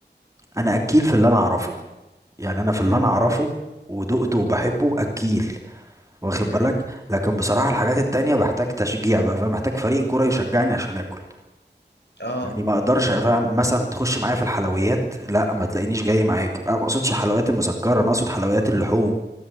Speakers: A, on the right; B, on the left.
A: انا اكيل في اللي انا اعرفه يعني انا في اللي
B: امم
A: انا اعرفه ودقته وبحبه اكيل واخد
B: امم
A: بالك لكن بصراحة الحاجات التانية بحتاج تشجيع بقى فاهم محتاج فريق كورة يشجعني عشان اكل
B: اه
A: يعني ما اقدرش افهم مثلا تخش معايا في الحلويات لا ما تلاقينيش جاي معاك بقى ما اقصدش الحلويات المسكرة انا اقصد حلويات اللحوم